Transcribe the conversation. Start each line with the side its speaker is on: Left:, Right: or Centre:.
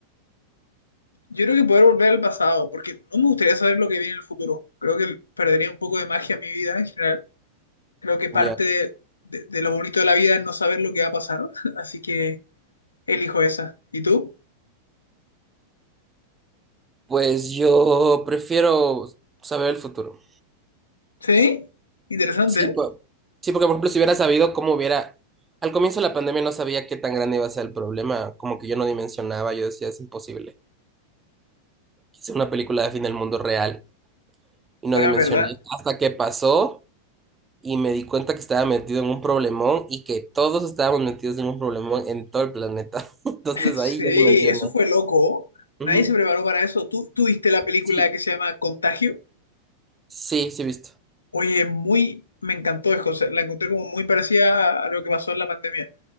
Left: Yo creo que poder volver al pasado, porque no me gustaría saber lo que viene en el futuro. Creo que perdería un poco de magia en mi vida en general. Creo que parte
Right: Ya.
Left: de, de- de lo bonito de la vida es no saber lo que va a pasar. <laughs> Así que elijo esa. ¿Y tú?
Right: Pues yo prefiero saber el futuro.
Left: ¿Sí? Interesante.
Right: Sí,
Left: ¿eh?
Right: po- sí, porque por ejemplo, si hubiera sabido cómo hubiera, al comienzo de la pandemia no sabía qué tan grande iba a ser el problema, como que yo no dimensionaba, yo decía, es imposible. Quise una película de fin del mundo real y no
Left: Bueno,
Right: dimensioné
Left: es verdad.
Right: hasta que pasó y me di cuenta que estaba metido en un problemón y que todos estábamos metidos en un problemón en todo el planeta. <laughs> Entonces
Left: <laughs> Sí,
Right: ahí yo dimensioné.
Left: eso fue loco.
Right: Ujú.
Left: Nadie se preparó para eso. ¿Tú, tú viste la película
Right: Sí,
Left: que se llama Contagio?
Right: sí, sí, he visto.
Left: Oye, muy. Me encantó, es cosa- La encontré como muy parecida a lo que pasó en la pandemia.